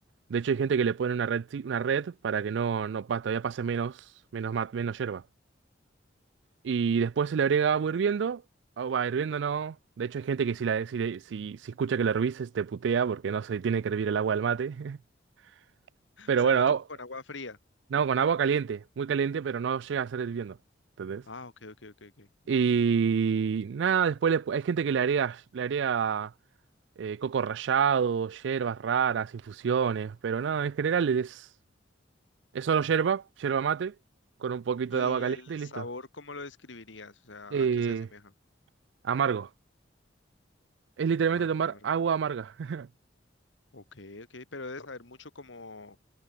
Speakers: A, on the right (about 70°); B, on the left (about 85°).
A: De hecho, hay gente que le pone una red, una red para que no, no pa- todavía pase menos, menos, ma- menos hierba. Y después se le agrega agua hirviendo. Agua hirviendo no. De hecho, hay gente que si, la, si, le- si, si escucha que la hervises te putea porque no se tiene que hervir el agua del mate. <laughs> Pero
B: O sea,
A: bueno,
B: lo tomas
A: no,
B: con agua fría.
A: no, con agua caliente, muy caliente, pero no llega a ser hirviendo. ¿Entendés?
B: Ah, ok, ok, ok, ok.
A: Y nada, después le- hay gente que le agrega, le agrega eh, coco rallado, hierbas raras, infusiones, pero nada, en general es, es solo hierba, hierba mate, con un poquito
B: ¿Y
A: de agua caliente
B: el sabor,
A: y listo.
B: cómo lo describirías? O sea,
A: Eh,
B: ¿a qué se asemeja?
A: amargo. Es literalmente
B: Amargo,
A: tomar
B: amargo.
A: agua amarga. <laughs>
B: Ok, ok, pero debe saber mucho como